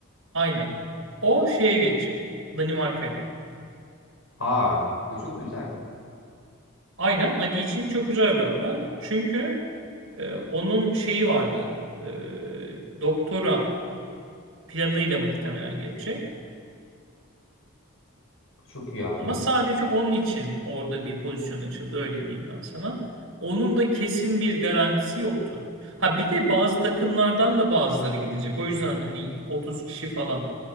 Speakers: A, on the right (about 70°); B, on the left (about 80°).
A: aynen. O şeye geçecek. Danimarka'ya.
B: Aa e, çok güzel.
A: Aynen Hadi için çok güzel bir haber. Çünkü e, onun şeyi vardı. E, doktora planıyla muhtemelen geçecek.
B: Çok iyi abi.
A: Ama sadece onun için orada bir pozisyon açıldı öyle diyeyim ben sana. Onun da kesin bir garantisi yoktu. Ha bir de bazı takımlardan da bazıları gidecek. O yüzden hani 30 kişi falan